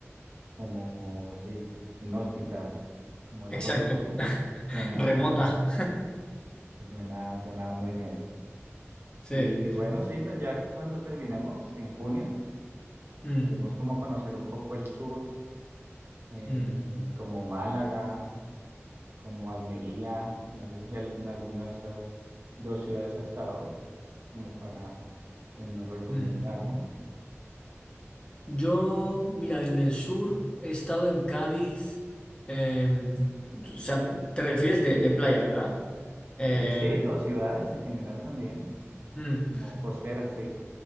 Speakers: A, on the right; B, on the left.
A: como, sí, inhóspita, como lejos
B: exacto,
A: de todo.
B: <laughs>
A: Suena,
B: remota.
A: Y Suena, suena muy bien.
B: Sí.
A: Y bueno, sí, pues ya cuando terminemos en junio,
B: Mm,
A: queremos como conocer un poco el sur, eh,
B: mm,
A: como Málaga, como Almería, no sé si al- en alguna de esas dos ciudades ha estado, como para que nos recomiende
B: mm.
A: algo.
B: Yo, mira, en el sur he estado en Cádiz. eh, o sea, te refieres de, de playa, ¿verdad? Eh,
A: Eh, sí, o ciudades en general también,
B: mm.
A: como costeras, sí.